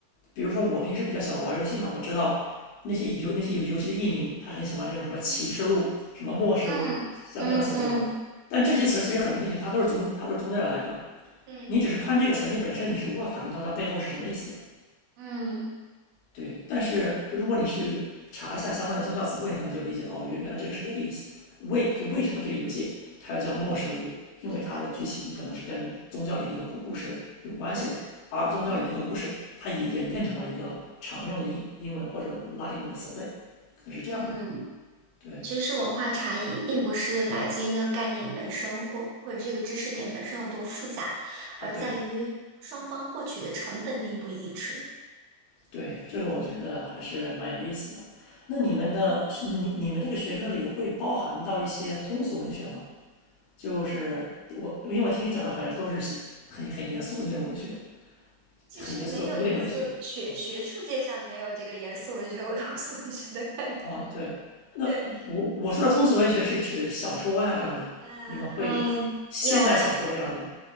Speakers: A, on the left (about 70°); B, on the right (about 85°).
A: 比如说我平时比较喜欢玩游戏嘛，我知道那些游那些游游戏的艺名，他很喜欢用什么启示录、
B: 嗯
A: 什么末世录，
B: 嗯嗯嗯嗯，
A: 像这样的词儿，对吧？但这些词儿其实很明显，它都是宗它都是宗教来的。
B: 对，
A: 你只是看这个词儿，你本身你是无法反映到它背后是什么意思的。
B: 嗯，
A: 对，但是如果你去查一下相关的宗教词汇，你可能就理解了哦，原原来这个是这个意思。为就为什么这个游戏它要叫《末世录》，因为它的剧情可能是跟宗教里的一个故故事有关系的，
B: 是的，是的。
A: 而宗教里的那个故事，
B: 嗯
A: 它也演变成了一个常用的英英文或者拉丁文的词汇，可能是这样的。
B: 嗯
A: 对
B: 其实是文化差异，并不是来自于那个概念本身或或者这个知识点本身有多复杂，
A: 啊，
B: 而在于双方获取的成本并不一致。
A: 对对，这个我觉得还是蛮有意思的。那你们的你你们这个学科里会包含到一些通俗文学吗？
B: 嗯。
A: 就是我，因为我听你讲的好像都是很很严肃的那种文学，
B: 其实没有颜色学学术界上没有这个严肃文学和通俗文学的概念。
A: 很严肃的古典文学。哦，对，那我我说的通俗文学是指小说呀、
B: 对，
A: 这样的，
B: 呃嗯，
A: 你们会现代小说这样的。
B: 有啊，